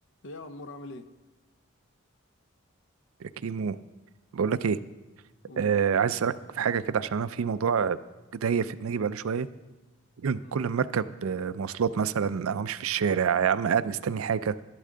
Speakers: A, on the left; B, on the right.
A: ايه يا عمور عامل ايه؟
B: يا كيمو بقول لك ايه
A: قول
B: آه عايز اسالك في حاجه كده عشان انا في موضوع داير في دماغي بقاله شويه <clears throat>
A: مم.
B: كل ما اركب آه، مواصلات مثلا او امشي في الشارع يا عم قاعد مستني حاجه